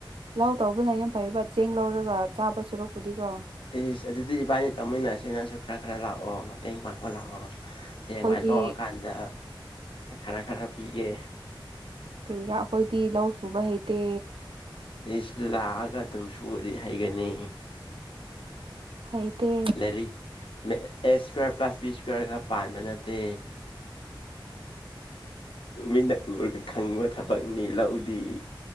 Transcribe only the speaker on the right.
ꯂꯥꯎ ꯇꯧꯕꯅ ꯌꯥꯝ ꯐꯩꯕ ꯆꯦꯡ ꯂꯧꯔꯒ ꯆꯥꯕ ꯁꯨꯔꯛꯄꯨꯗꯤꯀꯣ
ꯑꯩꯈꯣꯏꯗꯤ
ꯀꯔꯤꯔꯥ ꯑꯩꯈꯣꯏꯗꯤ ꯂꯧ ꯁꯨꯕ ꯍꯩꯇꯦ
ꯍꯩꯇꯦ